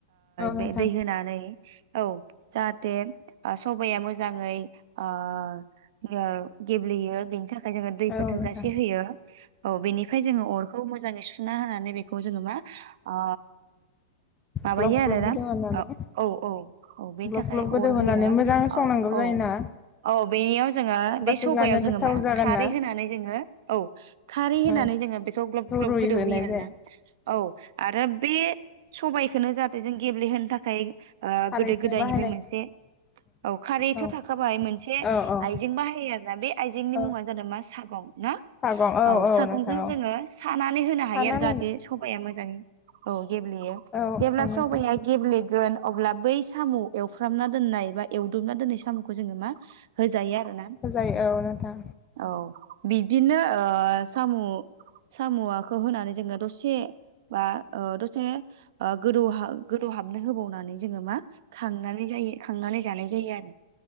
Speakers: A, on the left; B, on the right.
A: औ
B: बे
A: नोंथां
B: दै होनानै औ जाहाथे सबाया मोजां मोजाङै गेब्लेयो। बिनि थाखा जोङो
A: औ
B: दैखौ थोजासे
A: नोंथां
B: होयो औ बेनिफ्राय जोङो अरखौ मोजाङै सुना होनानै बेखौ जोङो मा अ। माबायो
A: ग्लब
B: आरो
A: ग्लब गोदौ
B: ना
A: होनानै
B: औ औ औ बेनि
A: ग्लब
B: थाखाय
A: ग्लब गोदौ
B: अर
A: होनानै
B: होयो
A: मोजां संनांगौ
B: औ
A: जायोना
B: औ औ बेनियाव जोङो
A: होमबासो
B: बे सबायाव
A: जानो
B: जोङो
A: गोथाव
B: मा
A: जागोन
B: खारै
A: ना
B: होनानै जोङो औ खारै होनानै
A: औ
B: जोङो बेखौ ग्लब ग्लब
A: रुइहोनाय
B: गोदौ होयो आरोना
A: जायो
B: औ आरो बे सबायाइखौनो जाहाथे जों गेब्लेहोनो थाखाय
A: खारैखौ
B: गोदो गोदायनिफ्राय
A: बाहायनाय
B: मोनसे औ खारैथ'
A: औ
B: थाखाबाय मोनसे
A: औ औ
B: आइजें बाहायो आरोना बे आइजेंनि
A: औ
B: मुङा आरो मा सागं? ना
A: सागं
B: औ सागंजों
A: नोंथां औ
B: जोङो सानानै होनो
A: सानानै
B: हायो आरो जाहाथे सबाया मोजाङै औ। गेब्लेयो
A: औ
B: जेब्ला
A: औ नोंथां
B: सबाइया गेब्लेगोन। अब्ला बै साम एवफ्रामना दोननाय बा एवदबना दोननाय सामखौ जोङो मा होजायो आरोना।
A: होजायो औ नोंथां
B: औ बिब्दिनो ओ साम' साम'आखौ होनानै जोङो दसे बा ओ दसे ओ गोदौहा गोदौ हाबनो होबावनानै। जोङो मा खांनानै जायो खांनानै जानाय जायो आरो